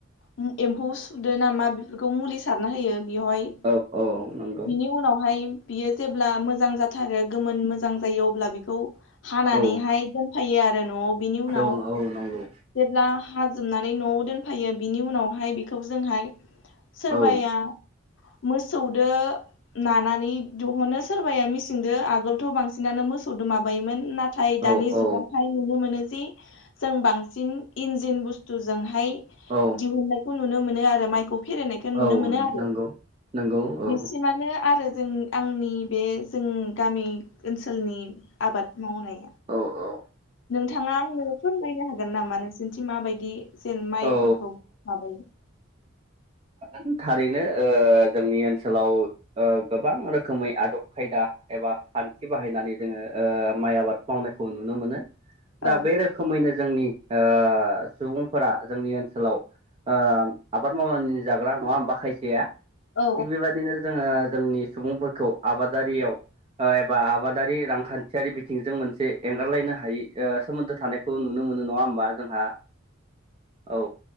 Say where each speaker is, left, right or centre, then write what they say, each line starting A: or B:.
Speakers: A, on the left; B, on the right.
A: उम एम्फौ सुदो नामा बेफोरखौ मुलि सारना होयो बेवहाय
B: औ औ नंगौ
A: बिनि उनावहाय बियो जेब्ला मोजां जाथारो गोमोन मोजां जायो अब्ला बिखौ हानानैहाय
B: औ
A: दोन फायो आरो न'आव बिनि उनाव
B: दङ औ नंगौ
A: जेब्ला हाजोबनानै न'आव दोनफायो बिनि उनावहाय बेखौ जोंहाय सोरबाया
B: औ
A: मोस सौदो नानानै दहनो सोरबाया मिसिंदो आगोलथ' बांसिनानो मोसौदो माबा नायोमोन नाथ थाय दानि
B: औ औ
A: जुगावहाय नुनो मोनो जि जों बांसिन इन्जिन बुस्थुजोंहाय
B: औ
A: दिहुननायखौ नुनो मोनो आरो माइखौ फेरेद खो नुनो
B: औ
A: मोनो आरो
B: नंगौ नंगौ औ
A: बिसिमानो आरो जों आंनि बे जों गामि ओनसोलनि आबाद मावनाय
B: औ औ।
A: नोंथाङा आंनो फोरमायनो हागोन नामा नोंसोरनिथिं माबायदि जेन माइफोरखौ
B: औ
A: माबायो?
B: हागोन थारैनो ओ जोंनि ओनसोलाव ओ गोबां रोखोमै आदब खायदा एबा खान्थि बाहायनानै जोङो ओ माइ आबाद मावनायखौ नुनो मोनो।
A: औ
B: दा बे रोखोमैनो जोंनि ओ सुबुंफोरा जोंनि ओनसोलाव ओ आबाद मावनानै जाग्रा नङा होमबा खायसेया
A: औ
B: थिग बेबायदिनो जोङो जोंनि सुबुंफोरखौ आबादारियाव एबा आबादारि रांखान्थियारि बिथिंजों मोनसे एंगारलायनो हायै सोमोन्दो थानायखौ नुनो मोन। नडां होनबा जोंहा औ